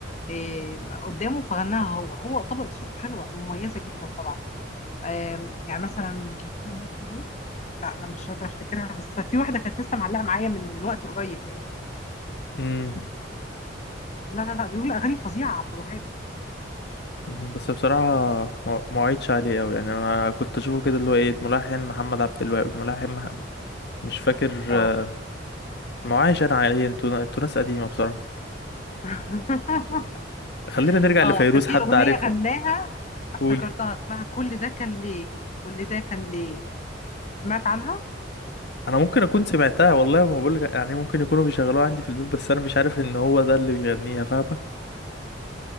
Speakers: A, on the left; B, on the left.
A: إيه، قدامه فغناها هو هو طبقة صوته حلوة ومميزة جدا طبعا آم، يعني مثلا كان في أغنية بتقول إيه؟ لا أنا مش قادرة أفتكرها بس في واحدة كانت لسه معلقة معايا من من وقت قريب يعني
B: امم
A: لا لا لا بيقول أغاني فظيعة عبد الوهاب
B: بس بصراحه ما ما وعدتش عليه قوي يعني انا كنت اشوفه كده اللي هو ايه الملحن محمد عبد الوهاب الملحن محمد مش فاكر
A: اه
B: آه، ما وعيش انا عليه انتوا انتوا ناس قديمه بصراحه
A: <laughs>
B: خلينا نرجع لفيروز
A: اه كان في
B: حد
A: اغنيه
B: عارفه
A: غناها افتكرتها
B: قولي
A: اسمها كل ده كان ليه كل ده كان ليه سمعت عنها
B: انا ممكن اكون سمعتها والله ما بقول يعني ممكن يكونوا بيشغلوها عندي في البيت بس انا مش عارف ان هو ده اللي بيغنيها فاهمة